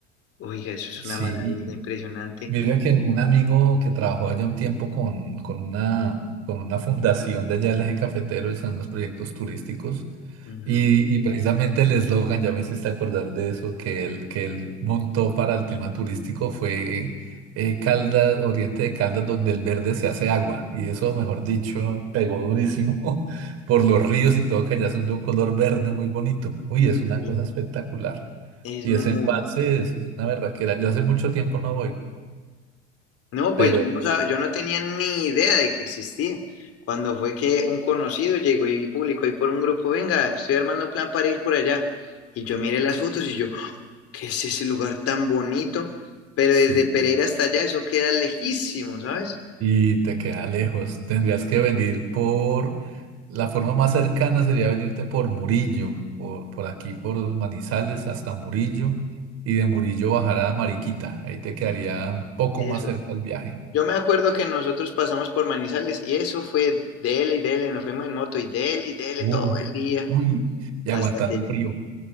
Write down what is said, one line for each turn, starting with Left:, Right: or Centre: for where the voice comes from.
Left: Oiga, eso es
Right: Sí.
Left: una maravilla impresionante.
Right: Mira que un amigo que trabajó allá un tiempo con, con una, con una fundación de allá del eje cafetero, y son los proyectos turísticos,
Left: Ujú.
Right: y, y precisamente el eslogan, ya me hiciste acordar de eso, que él, que él montó para el tema turístico fue eh, Caldas, Oriente de Caldas, donde el verde se hace agua, y eso, mejor dicho, pegó durísimo <laughs> por los ríos y todo, que allá son de un color verde muy bonito. Uy, es una
Left: Y
Right: cosa espectacular.
Left: es
Right: Y
Left: muy,
Right: ese embalse es una berraquera. Yo hace mucho tiempo no voy
Left: No,
Right: pero
Left: pues yo
Right: es-
Left: no, sab- yo no tenía ni idea de que existía. Cuando fue que un conocido llegó y publicó ahí por un grupo, venga, estoy armando plan para ir por allá. Y yo miré las fotos y yo, ¡Ah! ¿qué es ese lugar tan bonito? Pero
Right: sí,
Left: desde Pereira hasta allá eso queda lejísimo, ¿sabes?
Right: y te queda lejos. Tendrías que venir por, la forma más cercana sería venirte por Murillo, por, por aquí, por Manizales hasta Murillo, y de Murillo bajar a Mariquita. Ahí te quedaría un poco
Left: Eso.
Right: más cerca el viaje.
Left: Yo me acuerdo que nosotros pasamos por Manizales y eso fue dele y dele, nos fuimos en moto y dele y dele
Right: Uf,
Left: todo el día
Right: uy, y
Left: hasta
Right: aguantando
Left: que
Right: frío.